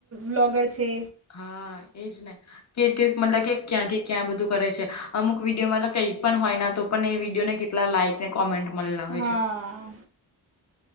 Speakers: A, on the right (about 35°); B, on the left (about 40°).
A: બ્લોગર છે.
B: હા એજ ને. કે ટ્યુબ મતલબ કે ક્યાંથી ક્યાં બધું કરે છે અમુક વિડીયો મતલબ કઈક પણ હોય ના તો પણ એ વિડીયોને. લા લાઈકને કોમેન્ટ. મળેલા હોય
A: હા.
B: છે